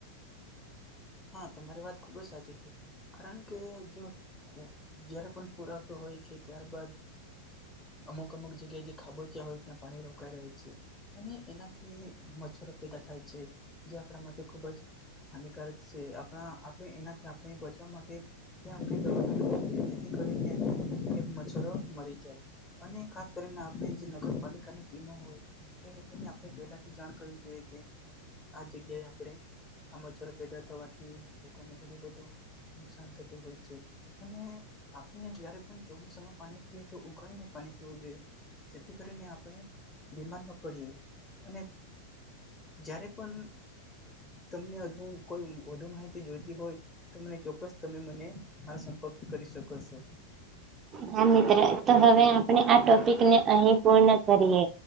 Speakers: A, on the left (about 20°); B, on the right (about 25°).
A: હા, તમારી વાત ખૂબ જ સાચી છે કારણ કે જો જ્યારે પણ પુરાતો હોય છે ત્યારબાદ અમુક અમુક જગ્યાએ જે ખાબોચં હોય ત્યાં પાણી રોકાય રહે છે. અને એનાથી મચ્છરો પેદા થાય છે જે આપણા માટે ખુબ જ હાનિકારક છે આપણા આપણે એનાથી આપણે બચવા માટે ત્યાં આપણે દવા નાખવી જોઈએ જેથી કરીને એક મચ્છૂરો મરી જાય. અને ખાસ કરીને આપણે જે નગરપાલિકાની ટીમો હોય. એ લોકોને આપણે પહેલાથી જાણ કરવી જોઈએ કે આ જગ્યાએ આપણે આ પેદા થવાથી લોકોને ઘણું બધું નુકસાન થતું હોય છે. અને આપણે જયારે પણ ચોમાસામાં પાણી પીએ તો ઉકાળીને પાણી પીવું જોઈએ. જેથી કરીને આપણે બીમાર ન પડીએ અને જ્યારે પણ તમને હજુ કોઈ વધુ માહિતી જોઈતી હોય તો મને ચોક્કસ તમે મને મારો સંપર્ક કરી શકો છો.
B: હા મિત્ર તો હવે આપણે આ ટોપિકને અહી પૂર્ણ કરીએ.